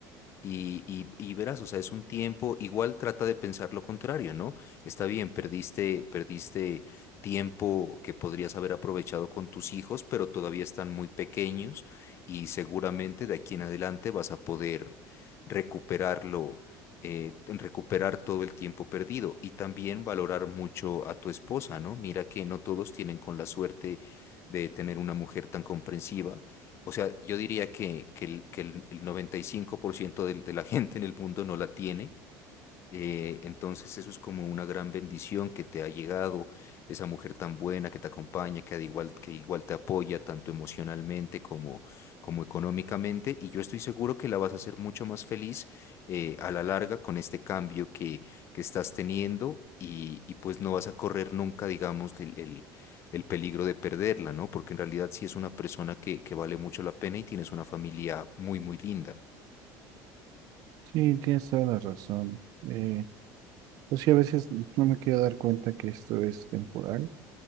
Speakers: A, on the left (about 35°); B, on the right (about 50°).
A: Y, y- y verás, o sea, es un tiempo, igual trata de pensar lo contrario, ¿no? Está bien, perdiste, perdiste tiempo que podrías haber aprovechado con tus hijos, pero todavía están muy pequeños y seguramente de aquí en adelante vas a poder recuperarlo, eh, en recuperar todo el tiempo perdido y también valorar mucho a tu esposa, ¿no? Mira que no todos tienen con la suerte de tener una mujer tan comprensiva o sea, yo diría que, que el, que el- el 95% del- de la <laughs> gente en el mundo no la tiene eh, entonces eso es como una gran bendición que te ha llegado, esa mujer tan buena que te acompaña, que, al igual, que igual te apoya tanto emocionalmente como, como económicamente. Y yo estoy seguro que la vas a hacer mucho más feliz eh, a la larga con este cambio que, que estás teniendo y, y pues no vas a correr nunca, digamos, el, el- el peligro de perderla, ¿no? Porque en realidad sí es una persona que, que vale mucho la pena y tienes una familia muy, muy linda.
B: Sí, tienes toda la razón. Eh, pues sí, a veces no me quiero dar cuenta que esto es temporal